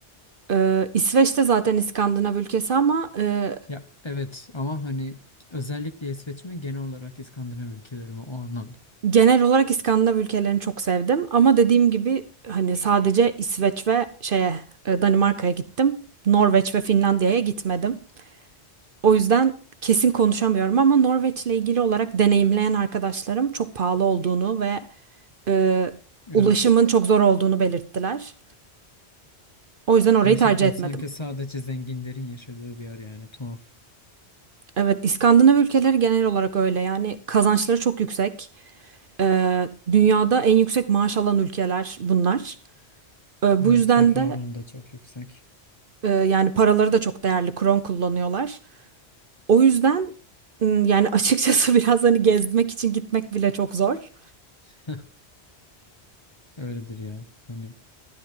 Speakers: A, on the right; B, on the left.
A: Ee, İsveç de zaten İskandinav ülkesi ama e,
B: Ya evet ama hani özellikle İsveç mi genel olarak İskandinav ülkeleri mi o anlamda.
A: Genel olarak İskandinav ülkelerini çok sevdim ama dediğim gibi hani sadece İsveç ve şeye e, Danimarka'ya gittim. Norveç ve Finlandiya'ya gitmedim. O yüzden kesin konuşamıyorum ama Norveç'le ilgili olarak deneyimleyen arkadaşlarım çok pahalı olduğunu ve e,
B: Evet.
A: ulaşımın çok zor olduğunu belirttiler. O yüzden orayı
B: Gerçekten
A: tercih etmedim.
B: sanki sadece zenginlerin yaşadığı bir yer yani tuhaf.
A: Evet, İskandinav ülkeleri genel olarak öyle. Yani kazançları çok yüksek. E, dünyada en yüksek maaş alan ülkeler bunlar. E,
B: Evet
A: bu yüzden
B: refah
A: de
B: oranı da çok yüksek.
A: Ee, yani paraları da çok değerli kron kullanıyorlar. O yüzden ım, yani açıkçası <laughs> biraz hani gezmek için gitmek bile çok zor.
B: <laughs> Öyledir ya. Hani